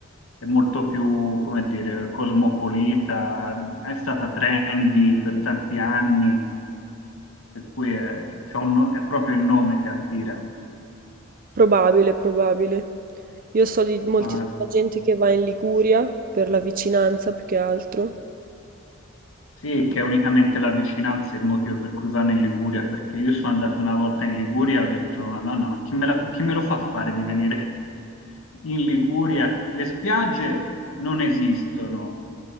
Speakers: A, on the left; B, on the right.
A: è molto più, come dire, cosmopolita, è stata trendy per tanti anni, per cui è, c'ha un no- è proprio il nome che attira.
B: Probabile, probabile. Io so di moltissima
A: Mm. Ma
B: gente che va in Liguria per la vicinanza più che altro.
A: sì, che è unicamente la vicinanza è il motivo per cui vanno in Liguria, perché io sono andato una volta in Liguria e ho detto, Madonna, ma chi me la- chi me lo fa fare di venire? in Liguria le spiagge non esistono,